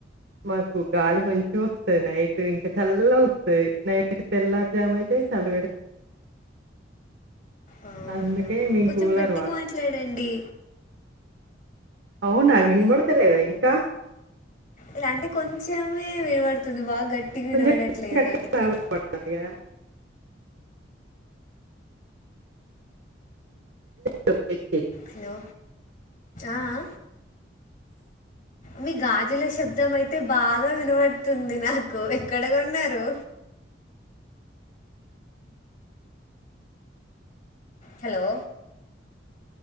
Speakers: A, on the right; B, on the left.
A: మాకు గాలి మంచి వస్తుంది నైట్ ఇంకా చల్ల వస్తంది నైట్ తెల్లరీ జామ్ అయితే చల్ల
B: అవునా
A: అందుకే మేము
B: కొంచెం
A: కూలర్
B: గట్టిగా
A: వాడం.
B: మాట్లాడండి
A: అవునా వినబడతలేదా ఇంకా?
B: ఎలాంటే కొంచమే వినవడుతుంది బాగా గట్టి వి
A: కొంచెం
B: నడట్లేదు
A: కట్టి
B: అందుకే
A: ట్రావెల్ పడాలి కదా చెప్పేసి
B: హలో ఆఆ మీ గాజుల శబ్దం అయితే బాగా వినపడుతుంది నాకు ఎక్కడ కొన్నారు. Hello